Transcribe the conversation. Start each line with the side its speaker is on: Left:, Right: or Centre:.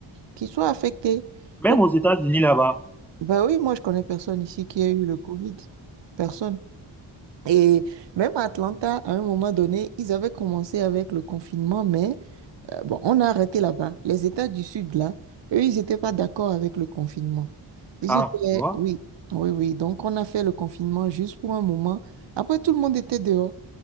Right: qui soit affecté.
Centre: Même
Right: Oh,
Centre: aux États-Unis là-bas.
Right: bah oui, moi je connais personne ici qui a eu le Covid. Personne. Et même à Atlanta, à un moment donné, ils avaient commencé avec le confinement, mais euh, bon, on a arrêté là-bas. Les États du Sud, là, eux, ils n'étaient pas d'accord avec le confinement. Ils
Centre: Ah,
Right: étaient,
Centre: tu vois?
Right: oui, oui, oui. Donc, on a fait le confinement juste pour un moment. Après, tout le monde était dehors.